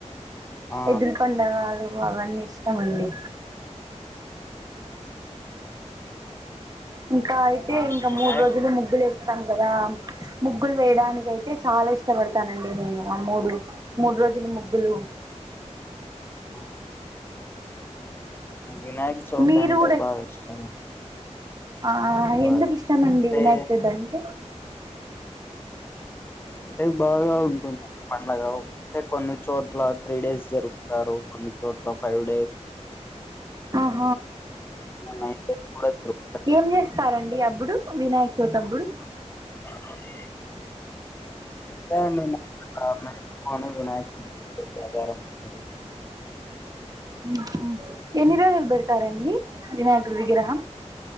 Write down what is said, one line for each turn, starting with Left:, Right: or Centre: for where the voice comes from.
Left: ఆ,
Right: ఎదిల్కండారాలు అవన్నీ ఇష్టమండి. ఇంకా అయితే
Left: నాకు
Right: ఇంకా
Left: వినాయక్
Right: మూడు రోజులు ముగ్గులు వేస్ తం గదా ముగ్గులు వేయడానికి అయితే చాలా ఇష్టపడతానండి నేను. ఆ మూడు మూడు రోజులు ముగ్గులు
Left: ఆ వినాయక చవితి
Right: మీరు
Left: అంటే
Right: కూడా
Left: బాగా ఇష్టం.
Right: ఆ
Left: బాగా
Right: ఎందుకు ఇష్టమండి
Left: అంటే
Right: వినాయక చవితి అంటే
Left: అయితే బాగా ఉంటుంది పండగ అంటే కొన్ని చోట్ల త్రీ డేస్ జరుపుతారు కొన్ చోట్ల ఫైవ్ డేస్
Right: హా
Left: నైన్ డేస్ కూడా జరుపుతారు
Right: ఏం చేస్తారండి అప్పుడు? వినాయక్ చౌతప్పుడు
Left: <unintelligible> తర్వాత మీరు అవును వినాయకు <unintelligible> ప్రకారం మీది
Right: ఊహ్మ్ ఎన్ని రోజులు పెడ్తారండి వినాయకుడు విగ్రహం?